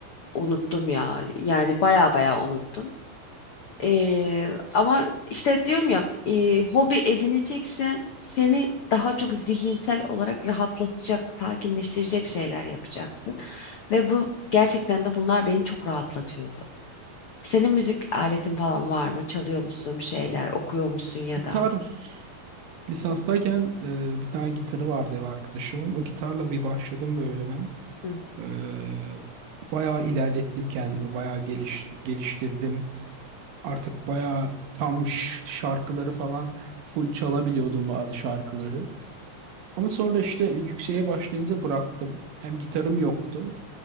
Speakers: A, on the left; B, on the right.
A: unuttum ya. Yani baya baya unuttum. Ee, ama işte diyorum ya e, hobi edineceksen seni daha çok zihinsel olarak rahatlatacak, sakinleştirecek şeyler yapacaksın. Ve bu gerçekten de bunlar beni çok rahatlatıyordu. Senin müzik aletin falan var mı? Çalıyor musun bir şeyler? Okuyor musun ya
B: Gitar
A: da?
B: lisanstayken e, bir tane gitarı vardı ev arkadaşımın. O gitarla bir başladım böyle ben.
A: Hı.
B: Ee, bayağı ilerlettim kendimi, bayağı geliş, geliştirdim. Artık bayağı tam ş- şarkıları falan full çalabiliyordum bazı şarkıları. Ama sonra işte yükseğe başlayınca bıraktım. Hem gitarım yoktu,